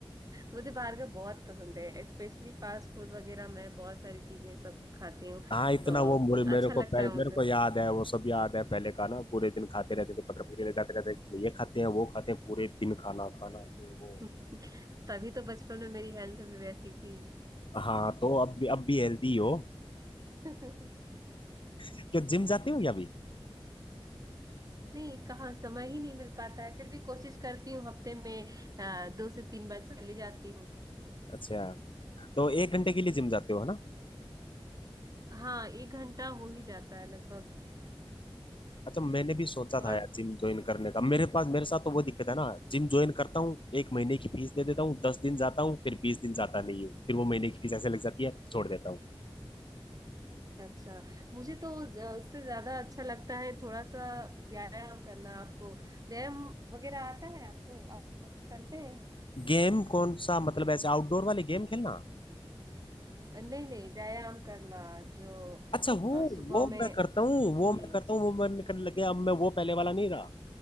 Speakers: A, on the right; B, on the left.
A: मुझे बाहर का बहुत पसंद है स्पेशली फास्ट फूड वगैरह मैं बहुत सारी चीजें सब खाती हूँ
B: हाँ इतना
A: तो
B: वो मुरे
A: अच्छा
B: मेरे को
A: लगता
B: पह-
A: है मुझे
B: मेरे को याद है वो सब याद है पहले का ना पूरे दिन खाते रहते थे पकड़ पकड़ के ले जाते रहते थे ये खाते हैं वो खाते हैं पूरे दिन खाना खाना ये वो
A: <laughs> तभी तो बचपन में मेरी हेल्थ भी वैसी थी
B: हाँ तो अब भी अब भी हेल्दी हो
A: <laughs>
B: क्या जिम जाते हो या अभी
A: नहीं कहाँ समय ही नहीं मिल पाता है फिर भी कोशिश करती हूँ हफ्ते में अ, दो से तीन बार चली जाती हूँ
B: अच्छा तो एक घंटे के लिए जिम जाते हो है ना
A: हाँ एक घंटा हो ही जाता है लगभग
B: अच्छा मैंने भी सोचा
A: और
B: था यार जिम ज्वाइन करने का मेरे पास मेरे साथ तो वो दिक्कत है ना जिम ज्वाइन करता हूँ एक महीने की फीस दे देता हूँ दस दिन जाता हूँ फिर बीस दिन जाता नहीं हूँ फिर वो महीने की फीस ऐसे लग जाती है छोड़ देता हूँ
A: अच्छा मुझे तो ज- उससे ज्यादा अच्छा लगता है थोड़ा सा व्यायाम करना आपको व्यायाम वगैरह आता है आपको आप आप करते हैं
B: गेम कौन सा मतलब ऐसे आउटडोर वाले गेम खेलना
A: नहीं नहीं व्यायाम करना जो
B: अच्छा वो
A: अ, सुबह
B: वो
A: में
B: मैं करता
A: हम्म
B: हूँ वो मैं करता हूँ वो मैं करने लग गया अब मैं वो पहले वाला नहीं रहा